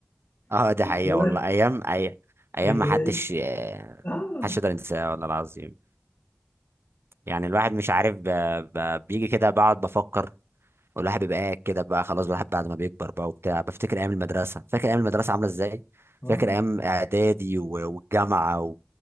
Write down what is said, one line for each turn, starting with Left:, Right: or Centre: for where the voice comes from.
Right: اه دي حقيقه
Left: دلوقتي
Right: والله ايام اي ايام
Left: اللي
Right: ما حدش آه،
Left: اه
Right: محدش يقدر ينساها والله العظيم يعني الواحد مش عارف ب... ب... بيجي كده بقعد بفكر والواحد بيبقى قاعد كده بقى خلاص الواحد بعد ما بيكبر بقى وبتاع بفتكر ايام المدرسه فاكر ايام المدرسه عامله ازاي
Left: اه
Right: فاكر ايام اعدادي و... والجامعه و...